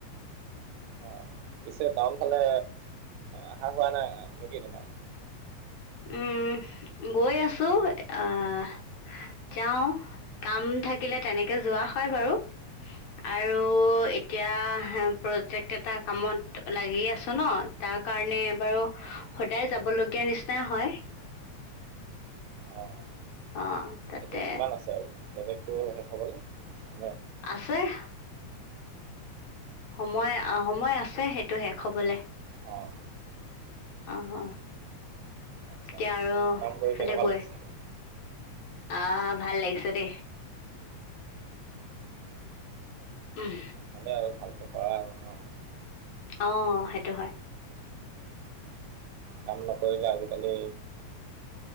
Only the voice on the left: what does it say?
উম, গৈ আছো অহ। যাওঁ কাম থাকিলে তেনেকে যোৱা হয় বাৰু। আৰু এতিয়া প্ৰজেক্ট এটা কামত লাগি আছ ন তাৰ। তাৰ কাৰণে বাৰু
সদায় যাব লগীয়া নিচিনাই হয়।
অ'। তাতে
আছেই। সময় অ' সময় আছে সেইটো শেষ হ'বলৈ।
অ' অ'
এতিয়া আৰু
সেইফালে
গৈ।
অ' ভাল লাগিছ দেই। উম।
অ' সেইটো হয়।